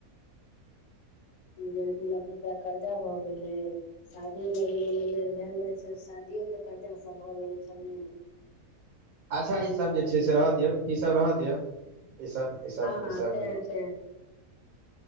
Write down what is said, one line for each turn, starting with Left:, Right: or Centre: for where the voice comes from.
Left: डेढ़ दू लाख रुपआ कर्जा भऽ गेलै। शादी लगले लगले भेएल रहै छै शादियो के कर्जा सब भ गेल छलै।
Right: अच्छा
Left: ताहि
Right: ईसभ
Left: दुआरे
Right: जे छै
Left: छोड़ि
Right: से रह
Left: देलखिन
Right: दियौ ईसभ रह दियौ। ईसब ईसब
Left: हँ हँ
Right: ईसगं
Left: तें तें